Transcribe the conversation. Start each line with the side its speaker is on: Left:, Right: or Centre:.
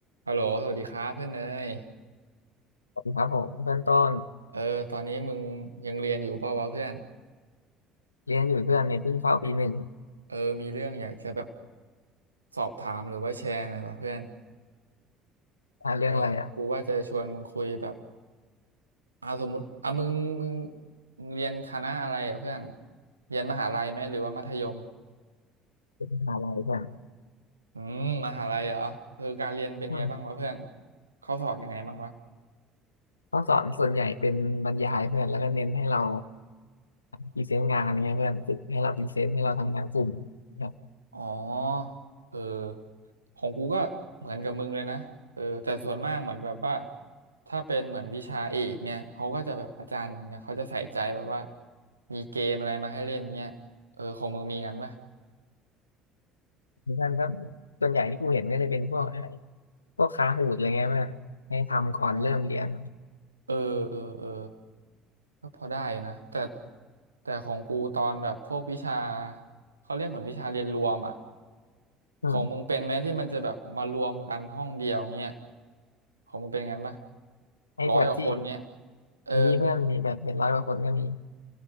Right: ฮัลโหลสวัสดีครับเพื่อนเนย
Left: ครับผมเพื่อนต้น
Right: เออตอนนี้มึงยังเรียนอยู่เปล่าวะเพื่อน
Left: เรียนอยู่เพื่อนเนี่ยเพิ่งเข้าปีหนึ่ง
Right: เออมีเรื่องอยากจะแบบสอบถามหรือว่าแชร์หน่อยวะเพื่อน
Left: อ่านเรื่องอะไรอ่ะ
Right: เออกูว่าจะชวนมึงคุยแบบอ่าสมมติอ่ะมึงมึงมึงเรียนคณะอะไรอ่ะเพื่อนเรียนมหาลัยไหมหรือว่ามัธยม
Left: เป็นมหาลัยเพื่อน
Right: อืมมหาลัยเหรอเออการเรียนเป็นไงบ้างวะเพื่อน
Left: อืม
Right: เขาสอนยังไงบ้างวะ
Left: ข้อสอนส่วนใหญ่เป็นบรรยายเพื่อนแล้วก็เน้นให้เราพรีเซนต์งานเนี่ยเพื่อนฝึกให้เราพรีเซนต์ให้เราทำงานกลุ่มนะครับ
Right: อ๋อเออของกูก็เหมือนกับมึงเลยนะเออแต่ส่วนมากเหมือนแบบว่า ถ้าเป็นเหมือนวิชาเอกเนี่ยเขาก็จะแบบอาจารย์เหมือนเนี่ยเขาจะใส่ใจแบบว่ามีเกมอะไรมาให้เล่นเนี่ยเออของมึงมีงั้นปะ
Left: เพื่อนก็ส่วนใหญ่ที่กูเห็นก็จะเป็นพวกอะไรพวกคาหูดอะไรเงี้ยเพื่อนให้ทำก่อนเริ่มเรียน
Right: อ๋อเออเออเออก็พอได้อยู่นะแต่แต่ของกูตอนแบบพวกวิชา เขาเรียกเหมือนวิชาเรียนรวมอ่ะ
Left: อืม
Right: ของมึงเป็นไหมที่มันจะแบบมารวมกันห้องเดียวเงี้ยของมึงเป็นงั้นปะ
Left: ให้แบบที่
Right: ร้อยกว่าคนเนี้ยเออ
Left: มีเพื่อนมีแบบเป็นร้อยกว่าคนก็มี